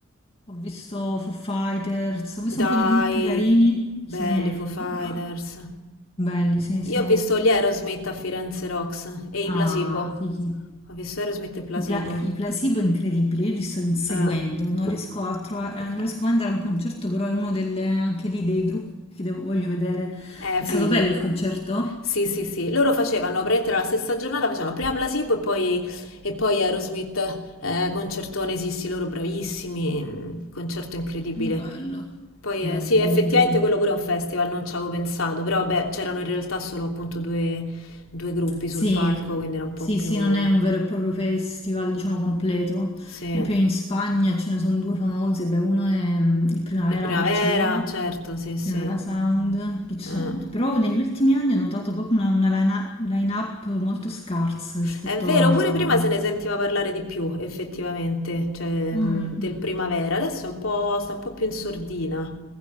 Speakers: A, on the left; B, on the left.
A: ho visto Foo Fighters, ho visto
B: Dai,
A: un po' di gruppi carini.
B: belle
A: Sì,
B: Foo Fighters.
A: bravi. Belli, sì,
B: Io
A: sì.
B: ho visto gli Aerosmith a Firenze Rocks e
A: Ah,
B: i Placebo.
A: fighi.
B: Ho visto Aerosmith e Placebo.
A: I, pla- i placebo è incredibile, io li sto inseguendo,
B: Eh.
A: non riesco a trovare, eh, non riesco mai ad andare a un concerto, però è uno delle, anche lì dei gruppi che devo- voglio vedere.
B: Eh,
A: È
B: fighi.
A: stato bello il concerto?
B: Sì, sì, sì. Loro facevano, praticamente nella stessa giornata, facevano prima Placebo e poi, e poi Aerosmith, eh, concertone, sì, sì, loro bravissimi, mm, concerto incredibile.
A: Bello,
B: Poi,
A: bello,
B: eh, sì,
A: bello,
B: effettivamente
A: bello.
B: quello pure è un festival, non ci avevo pensato, però beh, c'erano in realtà solo appunto due, due gruppi
A: Sì,
B: sul palco, quindi era un po'
A: sì,
B: più...
A: sì, non è un vero e proprio festival, diciamo, completo. Per
B: Sì,
A: esempio in Spagna ce ne sono due famosi, beh, uno è mm, il Primavera
B: il Primavera,
A: a Barcellona
B: certo, sì, sì.
A: Eurosound, che ci
B: Eh.
A: sono- però negli ultimi anni ho notato proprio una, una linea- line-up molto scarsa rispetto
B: È vero,
A: a...
B: pure prima se ne sentiva parlare di più, effettivamente, cioè
A: Mm,
B: mh, del
A: mm.
B: primavera. Adesso è un po', sta un po' più in sordina,